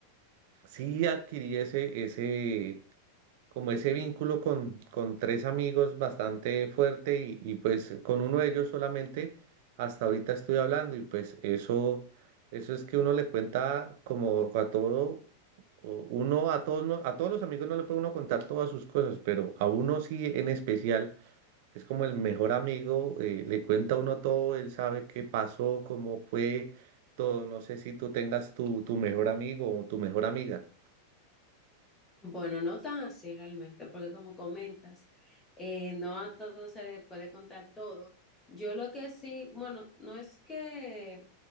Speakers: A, on the right; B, on the left.
A: sí adquirí ese, ese, como ese vínculo con, con tres amigos bastante fuerte y, y pues con uno de ellos solamente hasta ahorita estoy hablando y pues eso, eso es que uno le cuenta como a todo, o uno a todos, no- a todos los amigos no le puede uno contar todas sus cosas, pero a uno sí en especial, es como el mejor amigo, eh, le cuenta a uno todo, él sabe qué pasó, cómo fue todo, no sé si tú tengas tu, tu mejor amigo o tu mejor amiga.
B: Bueno, no tan así realmente, porque como comentas, eh, no a todos se les puede contar todo. Yo lo que sí, bueno, no es que